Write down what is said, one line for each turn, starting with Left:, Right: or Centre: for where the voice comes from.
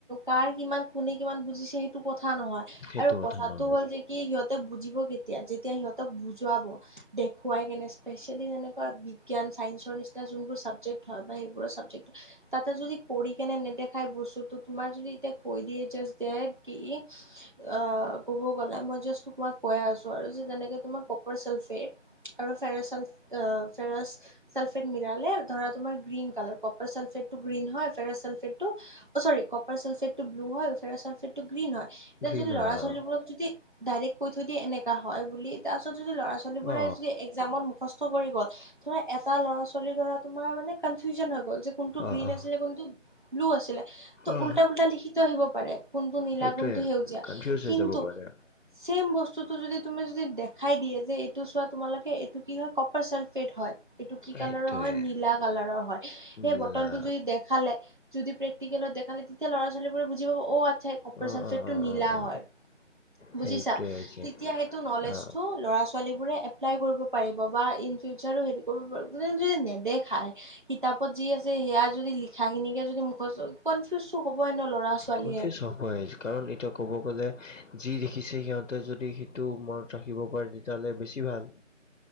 Right: কাৰ কিমান কোনে কিমান বুজিছে সেইটো কথা নহয়
Left: সেইটো
Right: আৰু
Left: কথা
Right: কথাটো
Left: নহয়
Right: হ'ল যে কি সিহঁতে বুজিব কেতিয়া যেতিয়া সিহঁতক বুজুৱাব। দেখুৱাই কেনে স্পেচিয়েলি যেনেকুৱা বিজ্ঞান চাইন্সৰ নিচিনা যোনবোৰ চাবজেক্ট হয় বা সেইবোৰৰ চাবজেক্ট তাতে যদি কৰি কেনে নেদেখাই বস্তুটো তোমাৰ যদি এতিয়া কৈ দিয়ে জাষ্ট দেট কি' অ কব গলে মই জাষ্ট তোমাক কৈ আছো আৰু যেনেকে তোমাৰ কপাৰ ছালফেট আৰু ফেৰচল অ ফেৰাচ চালফেট মিলালে ধৰা তোমাৰ গ্ৰীণ কালাৰ কপাৰ চালফেট টো গ্ৰীণ হয়, ফেৰাছ ছালফেটটো অ চৰি কপাৰ ছালফেট টো ব্লু হয় ফেৰাছ ছালফেট টো গ্ৰীণ হয়, এতিয়া
Left: ঘৃণ
Right: যদি ল'ৰা-ছোৱালীবোৰক
Left: হয় অ
Right: যদি ডাইৰেক্ট কৈ থৈ দিয়ে এনেকা হয় বুলি তাৰপিছত যদি ল'ৰা-ছোৱালীবোৰে
Left: অ
Right: যদি একজা জামত‌ মুখস্থ কৰিব, ধৰা এটা ল'ৰা-ছোৱালী ধৰা তোমাৰ মানে কনফিউজন হৈ গ'ল যে কোনটো
Left: অ
Right: গ্ৰীণ
Left: অ
Right: আছিলে কোনটো ব্লু আছিলে, ত'
Left: অ
Right: উল্টা-পুল্টা লিখিতৈ আহিব পাৰে কোনটো নীলা
Left: সেইটোৱে
Right: কুনটো সেউজীয়া
Left: কনফিউজ হৈ
Right: কিন্তু
Left: যাব পাৰে
Right: চেম বস্তুটো যদি তুমি যদি দেখাই দিয়ে যে এইটো চোৱা তোমালোকে এইটো কি হয় কপাৰ চালফেট হয় এইটো কি
Left: সেইটোৱে
Right: কালাৰৰ হয় নীলা কালাৰৰ হয়,
Left: মিলা
Right: সেই বটলটো যদি দেখালে যদি প্ৰেকটিকেলত দেখালে তেতিয়া ল'ৰা ছোৱালীবোৰে বুজি পাব অ আচ্ছা এই কপাৰ
Left: অ
Right: চালফেট
Left: অ
Right: টো
Left: অ
Right: নীলা
Left: অ অ
Right: হয় বুজিছা
Left: সেইটোৱে হৈছে
Right: তেতিয়া সেইটো নলেজটো
Left: অ
Right: ল'ৰা ছোৱালীবোৰে এপ্লাই কৰিব পাৰিব বা ইন ফিউচাৰো হেৰি কৰিব পাৰিব য যদি নেদেখায় কিতাপত যি আছে সেয়া যদি লিখা খিনিকে যদি মুখচ, কনফিউজটো হ'বই ন ল'ৰা ছোৱালীয়ে
Left: কনফিউজ হয় কাৰণ এতিয়া ক'ব গ'লে যি দেখিছে সিহঁতে যদি সেইটো ম ৰাখিব পাৰে তেতিয়াহ'লে বেছি ভাল